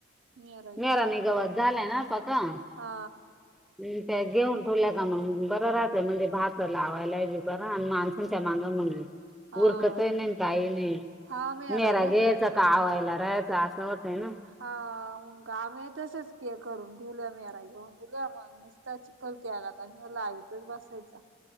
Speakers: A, on the right (about 70°); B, in the centre.
A: मिरा घेतल्या
B: मेरा निगवत
A: का
B: झालाय ना पका- अम
A: हा
B: त्या घेऊन ठूल्या का मग बरं राहतंय म्हणजे भाताला लावला <unintelligible> बी बरा आन माणसांच्या मांग मग
A: हा
B: उरकतय नाईन काही नाही
A: हा मिरा
B: मेरा
A: घेतल्या
B: घ्यायचा का आवायला राहायचा असं होत. होत ना <unintelligible>
A: हा मंग आम्याय तसच के करून ठेवल्या मेरा घेऊन ठूल्या मग निस्ता चिखल केला काय ह्यो लावीतच बसायचा.